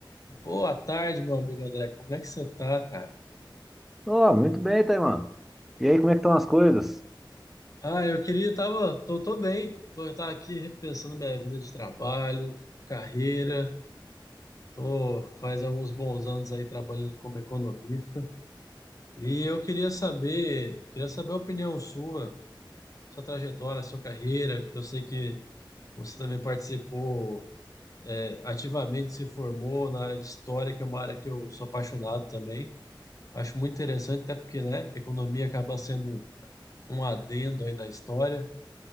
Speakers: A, on the left; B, in the centre.
A: Boa tarde, meu amigo André. Como é que você tá, cara?
B: Oh, muito bem, Taiman. E aí, como é que estão as coisas?
A: Ah, eu queria, tava, tô, tô bem. Tô, eu tava aqui repensando minha vida de trabalho, a carreira. Tô faz alguns bons anos aí trabalhando como economista. E eu queria saber, queria saber a opinião sua, sua trajetória, sua carreira, que eu sei que você também participou, eh, ativamente se formou na área de história, que é uma área que eu sou apaixonado também. Acho muito interessante, até porque, né, economia acaba sendo um adendo aí da história.